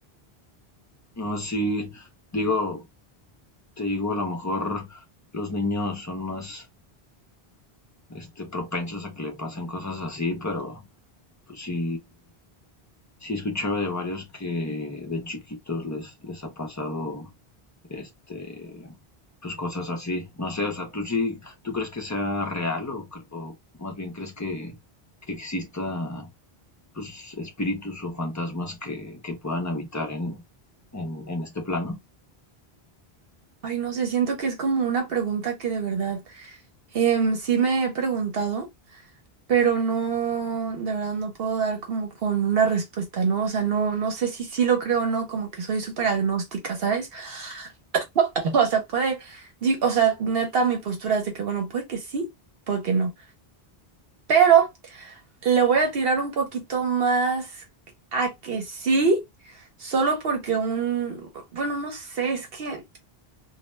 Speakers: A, on the left; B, on the right.
A: No, sí, digo, te digo, a lo mejor los niños son más, este, propensos a que le pasen cosas así, pero pues sí, sí escuchaba de varios que de chiquitos les, les ha pasado, este, pues cosas así. No sé, o sea, ¿tú sí, tú crees que sea real o, cre- o más bien crees que, que exista, pues, espíritus o fantasmas que, que puedan habitar en, en, en este plano?
B: Ay, no sé, siento que es como una pregunta que de verdad em, sí me he preguntado, pero no, de verdad no puedo dar como con una respuesta, ¿no? O sea, no, no sé si sí lo creo o no, como que soy súper agnóstica, ¿sabes? <laughs> O sea, puede, di- o sea, neta, mi postura es de que, bueno, puede que sí, puede que no. Pero le voy a tirar un poquito más a que sí, solo porque un, bueno, no sé, es que...